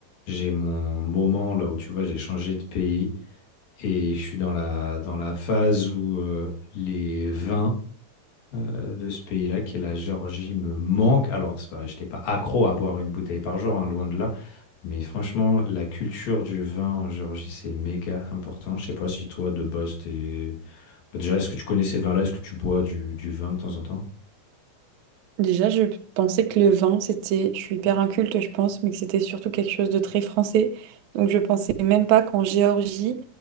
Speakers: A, on the left (about 85°); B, on the right (about 70°).
A: J'ai mon moment là où tu vois, j'ai changé de pays et je suis dans la, dans la phase où euh, les vins euh, de ce pays-là, qui est la Géorgie, me manquent. Alors, c'est pas- je n'étais pas accro à boire une bouteille par jour, hein, loin de là. Mais franchement, la culture du vin en Géorgie, c'est méga important. Je sais pas si toi, de base, t'es... Bah, Déjà, est-ce que tu connais ces vins-là? Est-ce que tu bois du, du vin de temps en temps?
B: Déjà, je pensais que le vin, c'était, je suis hyper inculte, je pense, mais que c'était surtout quelque chose de très français. Donc, je pensais même pas qu'en Géorgie,